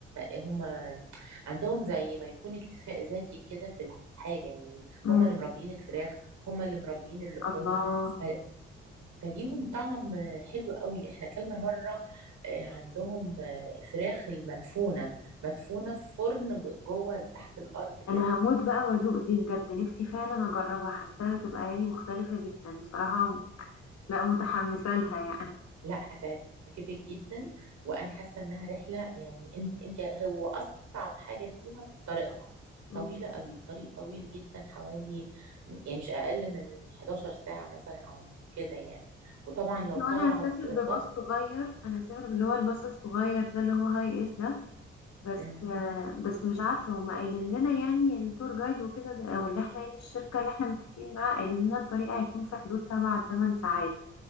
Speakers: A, on the right (about 65°); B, on the left (about 55°).
A: هم عندهم زي ما يكون اكتفاء ذاتي كده في الحاجه يعني
B: مم.
A: هم اللي مربيين الفراخ هم اللي مربيين اللحوم
B: الله
A: ف... فليهم طعم حلو قوي احنا اكلنا مره إيه، عندهم إيه، فراخ المدفونه مدفونه في فرن جوه تحت الارض كده
B: انا هموت بقى وادوق دي بجد نفسي فعلا اجربها حاساها تبقى يعني مختلفة جدا بصراحة لا متحمسة لها يعني
A: لا هتعجبك جدا وانا حاسه انها رحله يعني انت انت هو اصعب حاجه فيها طريقها
B: مم.
A: طويله قوي الطريق طويل جدا حوالي يعني مش اقل من 11 ساعه مثلا او كده يعني وطبعا لو
B: وانا
A: طالعه
B: هسافر
A: ببط
B: بباص صغير انا هسافر باللي هو الباص الصغير ده اللي هو هاي اس ده بس
A: مم.
B: آه، بس مش عارفة هما قايلين لنا يعني التور جايد وكده ده- او اللي احنا يعني الشركة اللي احنا متفقين معاها قايلين لنا الطريق هيكون في حدود سبعة لثمان ساعات